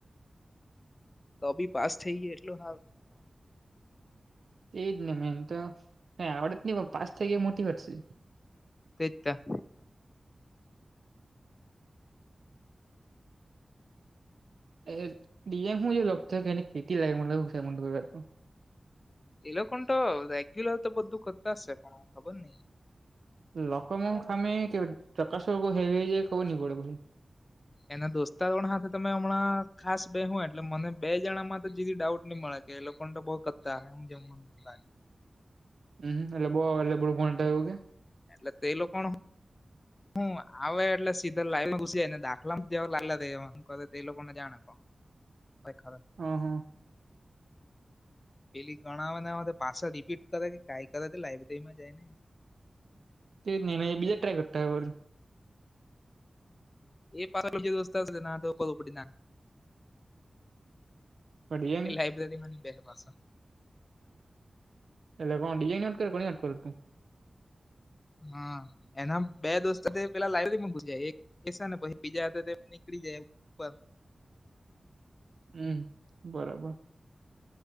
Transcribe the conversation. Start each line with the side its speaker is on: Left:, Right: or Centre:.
Left: તો બી પાસ થઈ ગ્યો એટલો હા
Right: તેજ ને મેન તો આવડત નહી પાસ થઈ ગઈ મોટી વાત સે
Left: તે તા
Right: એ દએમું જે થાય કે એને ખેટી લાગે મને થ મંદ કર તો.
Left: એ લોકોન તો રેગ્યુલર તો બધું કરતા શે પણ ખબર નહિ
Right: લખમ ઓમ ખામી કે ચકાસવા હેવી ખબર નહીં પડે <unintelligible>
Left: એના દોસ્તો હ તમે હમણાં ખાસ બેહો એટલે મને બે જણા માં તો જિલ્દી ડાઉટ નહી મળે ગે લોકો પણ તો બહુ ક્તાા હું જેમ લાગ.
Right: હમ્મ હમ્મ એટલે બો <unintelligible> કે.
Left: એટલે તે લોકોનું હું આવે એટલે સીધા લાઈમાં ઘુસી જાય ને દાખલા જેવા લાગલા કર એ તે લોકોને જાણે પણ. પ ખર
Right: હ હ.
Left: પેલી ગણાવ ને પાછ રીપીટ કરે કે કઈ કરે લાઈબ્રેરી માં જાય ને.
Right: તે ને એ બીજા ટ્રાય કરતા હો વ.
Left: એ પાછ <unintelligible> તો કર પડી ના.
Right: ડિઝાઇન
Left: એ લાઈબ્રેરીમાંની બે પાસા
Right: એટલે કોણ બીજાની વાત કરે કે કોની વાત કરે.
Left: હા એના બે દોસ્ત પેલા લાઈબરીમાં પૂછ એક. એસા ને પછી બીજા હતા નીકળી જાય ઉપર.
Right: હમ બરોબર.